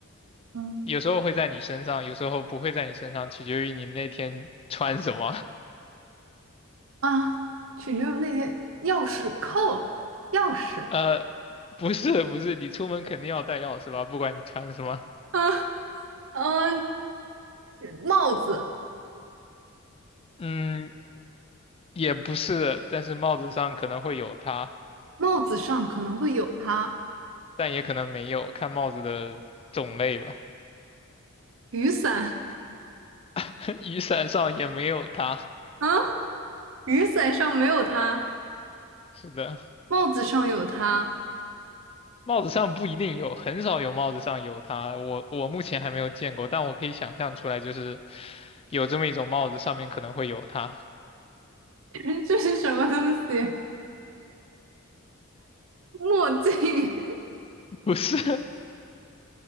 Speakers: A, on the right; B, on the left.
A: 嗯，
B: 有时候会在你身上，有时候不会在你身上，取决于你那天穿什么。
A: 啊，取决于那些钥匙扣，钥匙。
B: <laughs> 呃，不是不是，你出门肯定要带钥匙吧，不管你穿什么。
A: 嗯嗯，呃帽子，
B: 嗯，也不是，但是帽子上可能会有它。
A: 帽子上可能会有它，
B: 但也可能没有，看帽子的种类吧。
A: 雨伞
B: <laughs> 雨伞上也没有它。
A: <laughs> 啊，雨伞上没有它，
B: 是的，
A: 帽子上有它，
B: 帽子上不一定有，很少有帽子上有它。我我目前还没有见过，但我可以想象出来，就是有这么一种帽子，上面可能会有它。
A: <laughs> 这是什么东西？墨镜，
B: <laughs> 不是，